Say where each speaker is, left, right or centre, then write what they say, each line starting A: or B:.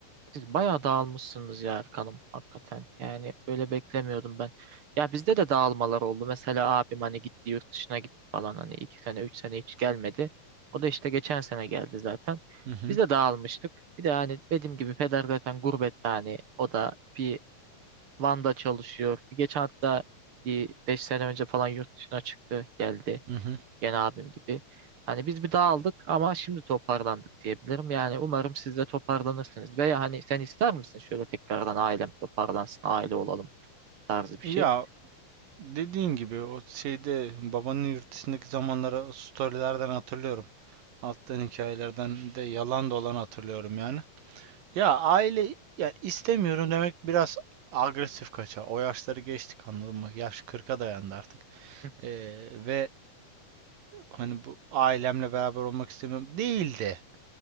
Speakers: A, on the right; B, on the right.
A: Siz bayağı dağılmışsınız ya Erkan'ım hakikaten. Yani öyle beklemiyordum ben. Ya bizde de dağılmalar oldu. Mesela abim hani gitti yurt dışına gitti falan hani iki sene üç sene hiç gelmedi. O da işte geçen sene geldi zaten.
B: Hı hı.
A: Biz de dağılmıştık. Bir de hani dediğim gibi peder zaten gurbette hani o da bir Van'da çalışıyor. Bir geçen hatta bir beş sene önce falan yurt dışına çıktı geldi.
B: Hı hı.
A: Gene abim gibi. Hani biz bir dağıldık ama şimdi toparlandık diyebilirim. Yani umarım siz de toparlanırsınız. Veya hani sen ister misin şöyle tekrardan ailem toparlansın, aile olalım tarzı bir
B: Ya
A: şey.
B: dediğin gibi o şeyde babanın yurt dışındaki zamanları storylerden hatırlıyorum. Attığın hikayelerden de yalan da olanı hatırlıyorum yani. Ya aile yani istemiyorum demek biraz agresif kaçar. O yaşları geçtik anladın mı? Yaş 40'a dayandı artık.
A: Hı hı.
B: Ee, ve hani bu ailemle beraber olmak istemiyorum değil de